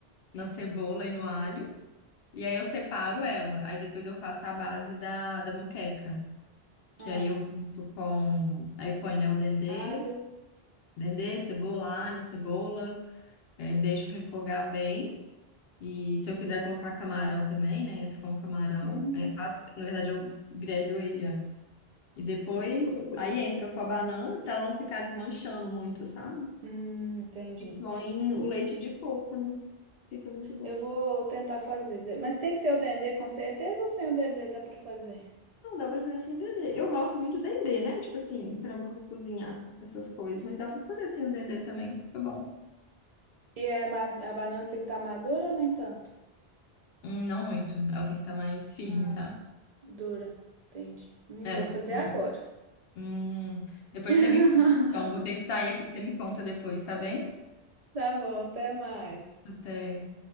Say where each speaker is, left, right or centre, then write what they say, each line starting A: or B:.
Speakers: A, on the left; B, on the right.
A: na cebola e no alho. E aí eu separo ela. Aí depois eu faço a base da, da moqueca. Que
B: ah,
A: aí eu faço com. Aí eu ponho, né, o dendê,
B: alho.
A: dendê, cebola, alho, cebola, eh, deixo refogar bem. E se eu quiser colocar camarão também, né, entro com camarão.
B: Hum,
A: Eh, faço- na verdade, eu grelho ele antes. E depois, aí entra com a banana, para não ficar desmanchando muito, sabe?
B: hum, entendi.
A: E põe o leite de coco, né? Fica muito bom.
B: Eu vou tentar fazer, de- mas tem que ter o dendê com certeza ou sem o dendê dá pra fazer?
A: Não, dá pra fazer sem dendê. Eu gosto muito do dendê, né? Tipo assim, pra, pra cozinhar essas coisas, mas dá pra fazer sem o dendê também, fica bom.
B: E é ma- a banana tem que estar madura ou nem tanto?
A: Hum, não muito. Ela tem que estar mais firme,
B: Ah,
A: sabe?
B: dura. Entendi. Hum,
A: É,
B: vou
A: não-
B: fazer
A: hum,
B: agora.
A: hum. Depois
B: <laughs>
A: você me conta. Então, vou ter que sair aqui, você me conta depois, tá bem?
B: Tá bom, até mais.
A: Até.